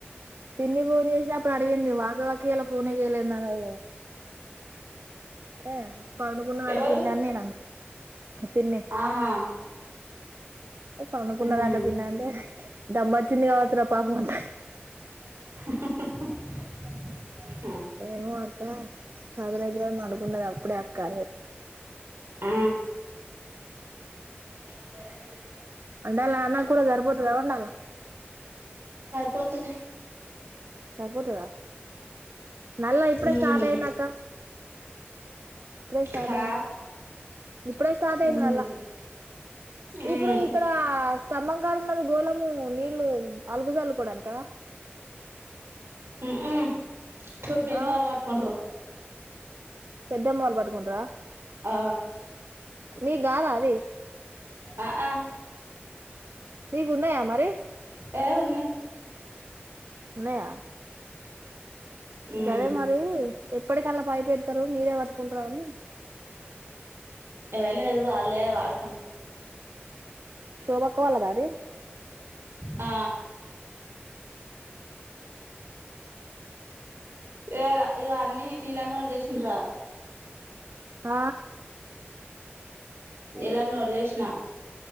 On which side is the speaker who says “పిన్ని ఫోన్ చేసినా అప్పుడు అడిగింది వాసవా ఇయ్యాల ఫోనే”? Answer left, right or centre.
Right